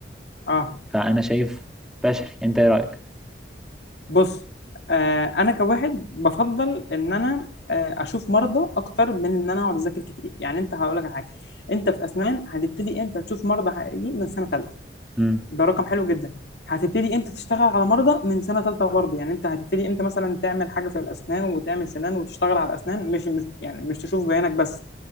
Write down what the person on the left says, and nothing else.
اه
بص آه انا كواحد بفضل ان انا آه اشوف مرضى اكتر من ان انا اقعد اذاكر كتير يعني انت هقول لك على حاجه انت في اسنان هتبتدي امتى تشوف مرضى حقيقيين من سنه ثالثه
ده رقم حلو جدا هتبتدي امتى تشتغل على مرضى من سنه ثالثه برضه يعني انت هتبتدي امتى مثلا تعمل حاجه في الاسنان وتعمل سنان وتشتغل على الاسنان مش مش يعني مش تشوف بيانك بس